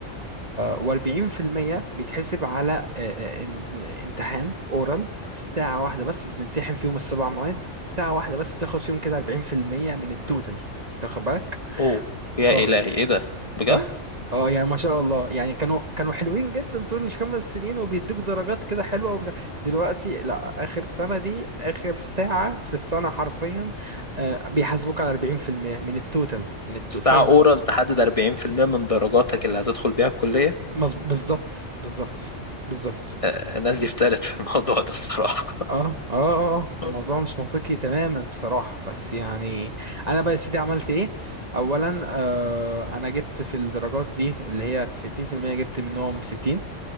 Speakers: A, on the right; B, on the left.
A: و40% بيتحسب على آه، آه، ام- امتحان اورال ساعة واحدة بس بتمتحن فيهم السبع مواد ساعة واحدة بس بتاخد فيهم كده 40% من التوتال تاخد بالك؟
B: اوه يا
A: اه
B: الهي ايه ده بجد
A: اه اه يعني ما شاء الله يعني كانوا كانوا حلوين جدا طول الخمس سنين وبيدوك درجات كده حلوة وبتاع دلوقتي لا آخر سنة دي آخر ساعة في السنة حرفيا آه، بيحاسبوك على 40% من التوتال من
B: ساعة
A: الفاينل
B: اورال تحدد 40% من درجاتك اللي هتدخل بيها الكلية
A: بالظبط بالظبط بالظبط
B: آه، الناس دي افتقدت في <laughs> الموضوع ده الصراحة
A: اه اه اه آه.
B: <laughs>
A: الموضوع مش منطقي تماما بصراحة بس يعني انا بقى يا سيدي عملت ايه اولا آه انا جبت في الدرجات دي اللي هي 90% جبت منهم 60